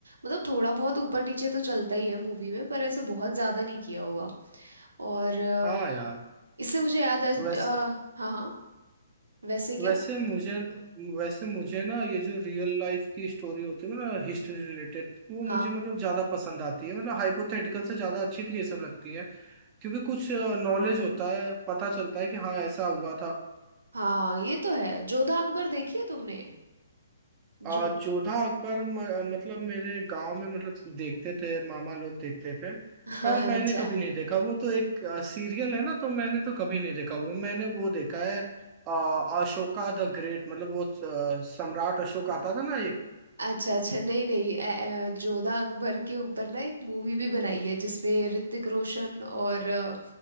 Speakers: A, on the right (about 85°); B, on the right (about 25°).
A: मतलब थोड़ा बहुत ऊपर नीचे तो चलता ही है मूवी में पर ऐसे बहुत ज़्यादा नहीं किया होगा और अ,
B: हाँ यार
A: इससे मुझे याद है
B: वैसे
A: अ, हाँ हाँ वैसे क्या
B: वैसे मुझे वैसे मुझे ना ये जो रियल लाइफ की स्टोरी होती है ना हिस्ट्री रिलेटेड वो मुझे
A: हाँ
B: मतलब ज्यादा पसंद आती है मतलब हाइपोथेटिकल से ज्यादा अच्छी तो ये सब लगती है क्योंकि कुछ नॉलेज होता है पता चलता है कि हाँ ऐसा हुआ था
A: हाँ ये तो है जोधा अकबर देखी है तुमने जो
B: और जोधा अकबर म- मतलब मेरे गांव में मतलब देखते थे मामा लोग देखते थे
A: <laughs> हाँ
B: पर मैंने
A: अच्छा
B: कभी नहीं देखा वो तो एक सीरियल है ना तो मैंने तो कभी नहीं देखा वो मैंने वो देखा है अ, अशोका द ग्रेट मतलब वो अ, सम्राट अशोक आता था ना
A: अच्छा अच्छा नहीं नहीं अ, अ, जोधा अकबर के ऊपर ना एक मूवी भी बनाई है जिसमें ऋतिक रोशन और अ,